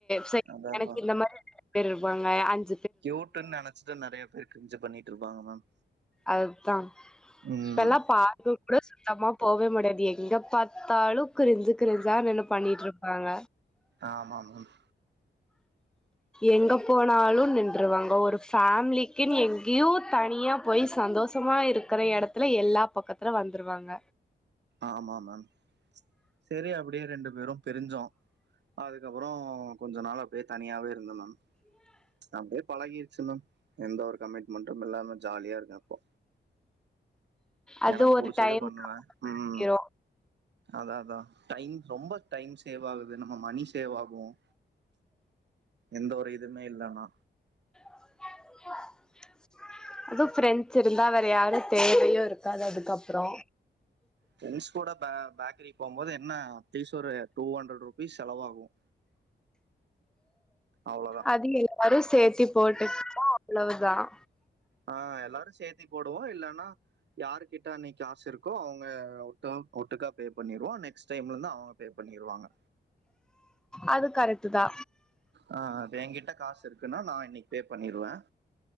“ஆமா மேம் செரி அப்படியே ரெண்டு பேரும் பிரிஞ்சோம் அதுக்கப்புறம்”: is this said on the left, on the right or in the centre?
Right